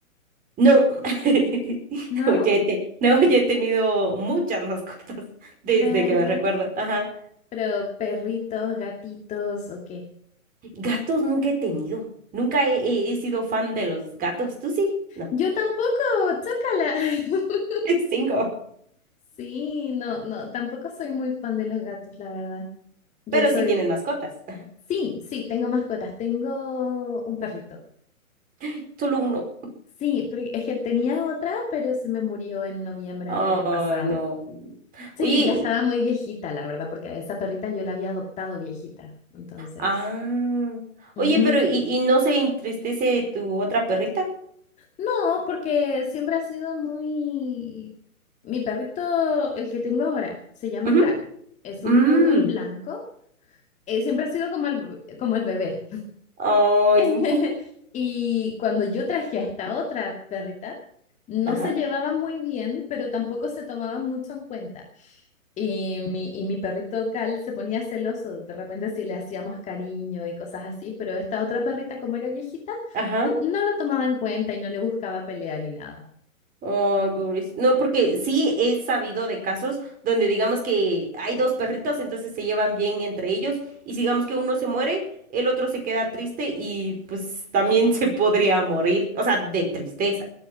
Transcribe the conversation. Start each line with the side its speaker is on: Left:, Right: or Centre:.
Right: No, <laughs>
Left: ¿No?
Right: no, ya he te- no, ya he tenido muchas mascotas desde
Left: De verdad.
Right: que me recuerdo. Ajá.
Left: Pero perritos, gatitos, ¿o qué?
Right: Gatos nunca he tenido. Nunca he, he- he sido fan de los gatos. ¿Tú sí? No.
Left: Yo tampoco, chócala. <laughs>
Right: <laughs> Cinco.
Left: Sí, no, no, tampoco soy muy fan de los gatos, la verdad. Yo
Right: Pero
Left: soy,
Right: sí tienes mascotas.
Left: sí, sí, tengo mascotas, tengo un perrito.
Right: <laughs> Solo uno.
Left: Sí, porque es que tenía otra, pero se me murió en noviembre
Right: Ay,
Left: del año pasado.
Right: no.
Left: Sí,
Right: Oye,
Left: ya
Right: y-
Left: estaba muy viejita, la verdad, porque a esa perrita yo la había adoptado viejita. Entonces,
Right: ah.
Left: ujú.
Right: Oye, pero ¿y, y no se entristece tu otra perrita?
Left: No, porque siempre ha sido muy... Mi perrito, el que tengo ahora, se llama
Right: Ujú.
Left: Cal. Es un
Right: Mm.
Left: poodle blanco. eh, siempre ha sido como el, como el bebé.
Right: Ay.
Left: <laughs>
Right: <laughs>
Left: Y cuando yo traje a esta otra perrita, no
Right: Ajá.
Left: se llevaban muy bien, pero tampoco se tomaban mucho en cuenta. Y mi, y mi perrito Cal se ponía celoso de repente si le hacíamos cariño y cosas así, pero esta otra perrita, como era viejita,
Right: Ajá.
Left: no, lo no lo tomaba en cuenta y no le buscaba pelear ni nada.
Right: Ay, pobrecito. No, porque sí he sabido de casos donde digamos que hay dos perritos, entonces se llevan bien entre ellos y si digamos que uno se muere, el otro se queda triste y pues también <laughs> se podría morir, o sea, de tristeza.